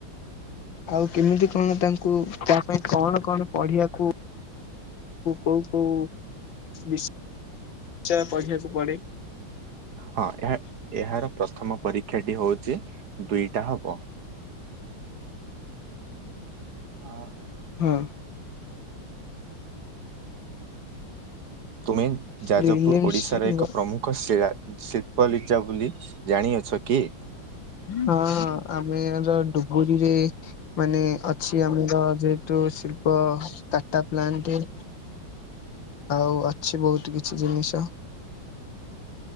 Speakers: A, on the left; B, on the right.
A: ଆଉ କେମିତି କଣ ତାଙ୍କୁ ତା ପାଇଁ କଣ କଣ ପଢିବାକୁ, କୋଉ କୋଉ ବିଶ୍ଚୟ ପଢ଼ିବାକୁ ପଡ଼େ।
B: ହଁ, ଏହା ଏହାର ପ୍ରଥମ ପରୀ କ୍ଷା ଟି ହଉଛି ଦୁଇଟା ହବ। ହଁ।
A: ହଁ।
B: ତୁମେ ଯାଜପୁର
A: ପ୍ରିଲିମ୍ସ
B: ଓଡିଶାର ଏକ
A: ହଁ
B: ପ୍ରମୁଖ ଶିଳା ଶିଳ୍ପଲିିଜା ବୋଲି ଜାଣିଅଛ କି?
A: ହଁ ଆମେର ଡୁବୁରିରେ ମାନେ ଅଛି ଆମର ଯେହେତୁ ଶିଳ୍ପ ଟାଟା ପ୍ଲାଣ୍ଟେ ଆଉ ଅଛି ବହୁତ କିଛି ଜିନିଷ।